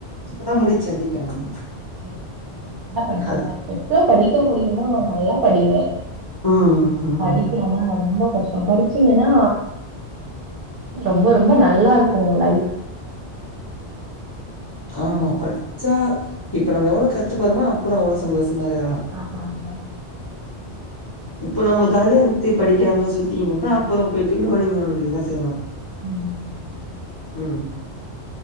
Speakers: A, on the left; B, on the right.
A: இப்பதா முடிச்ச பி காமு
B: சேரி நல்லா படிங்க
A: அது
B: எவ்ளோ படிக்க முடியுமோ நல்லா படிங்க
A: ம் ம்
B: படிக்லனா ரொம்ப கஷ் டோ படிச்சிங்கனா ரொம்ப ரொம்ப நல்லாருக்கும் உ லைஃப்
A: ஆமா படிச்சா இப்ப நம்ம எவ்ளோ கஷ்டப்பர்மோ அப்றோ அவ்ளோ சந்தோஷமா இருகுலாம்
B: ஆமா அதாவ்து
A: இப்ப நம்ப ஜாலியார்ன்ட்டு படிக்காம சுத்திகிணுந்தா அப்பறோ போய்ட்டு லோடிங் அன்லோடிங் தா செய்யணு
B: ம் ம்
A: ம்